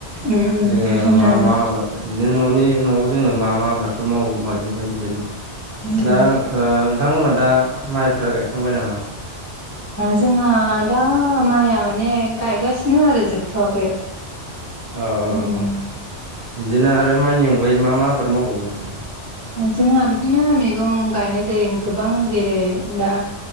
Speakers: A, on the left; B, on the right.
A: उम
B: जोंङो
A: बुंनो
B: मा
A: हागोन
B: मा आबाद बिदिनो न'नि न'आव जोंङो मा मा आबादफोर मावो मावबावो बायदि बायदि
A: उम
B: दा ओ नोंथांमोनहा दा माइफोरा गायखांबाय नामा?
A: जोंहा दा माइया माने गायगासिनो आरो जोबथ'वाखै
B: <inaudible> औ
A: उम
B: औ बिदिनो आरो माइनि अनगायै मा मा आबाद मावबावो नोंसोरलाय
A: जोंहा बिदिनो मैगं गायनाय जायो गोबां जेरै दा